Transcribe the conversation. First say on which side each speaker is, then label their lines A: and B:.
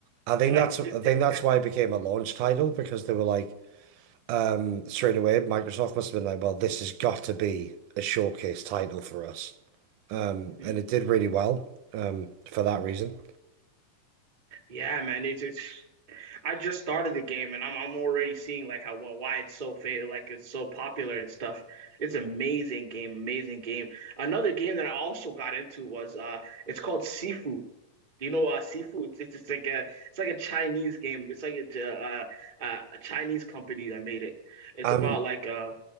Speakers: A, on the right (about 75°); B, on the right (about 35°).
A: I think
B: I'm like,
A: that's I
B: this,
A: think
B: this-
A: that's why it became a launch title because they were like, um, straight away, Microsoft must have been like, well, this has got to be a showcase title for us. Um,
B: mhm.
A: and it did really well, um, for that reason.
B: Yeah, man, it's, it's I just started the game and I'm I'm already seeing like how well, why it's so fa like it's so popular and stuff. It's amazing game, amazing game. Another game that I also got into was uh it's called Sifu. Do you know uh Sifu? It's, it's just like a it's like a Chinese game. It's like a uh, uh a Chinese company that made it. It's
A: Um,
B: about like uh